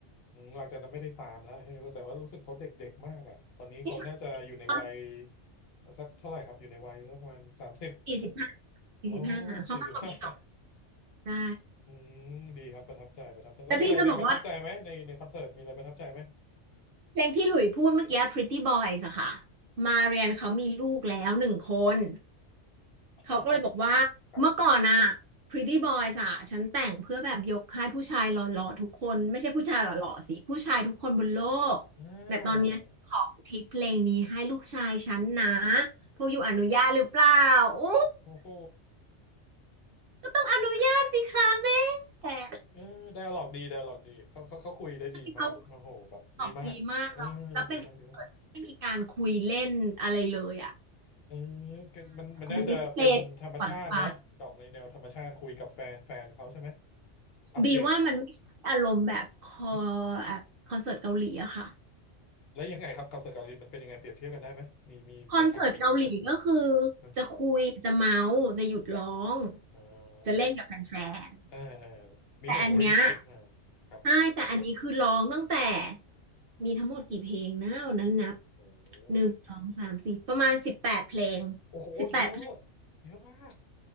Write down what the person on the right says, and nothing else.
ไม่ใช่ตอน
สี่สิบห้าสี่สิบห้าเขามากกว่าปีสอง
ใช่
แต่พี่จะบอกว่า เพลงที่หลุยพูดเมื่อกี้ Pretty Boys อะค่ะ มาเรียนเขามีลูกแล้วหนึ่งคน
เขาก็เลยบอกว่าเมื่อก่อนอะ
Pretty Boys อะฉันแต่งเพื่อแบบยกให้ผู้ชายหล่อๆทุกคนไม่ใช่ผู้ชายหล่อๆสิผู้ชายทุกคนบนโลกแต่ตอนเนี้ยขออุทิศเพลงนี้ให้ลูกชายฉันนะ
พวกอยู่อนุญาตหรือเปล่าอู้
ก็ต้องอนุญาตสิคะแม่ใช่
เขาตอบดีมากแล้วแล้วเป็นคอนเสิร์ตที่ไม่มีการคุยเล่นอะไรเลยอะ
ลิสเพลย์ผ่อนฟ
บีว่ามันไม่ใช่อารมณ์แบบคอ
แบบคอนเสิร์ตเกาหลีอะค่ะ
คอนเสิร์ตเกาหลีก็คือ
จะคุยจะเมาส์จะหยุดร้อง
จะเล่นกับแฟน
ๆแต่อันเนี้ย
ใช่แต่อันนี้คือร้องตั้งแต่มีทั้งหมดกี่เพลงนะวันนั้นนับ
หนึ่งสองสามสี่ประมาณสิบแปดเพลง
สิบแปดเพลง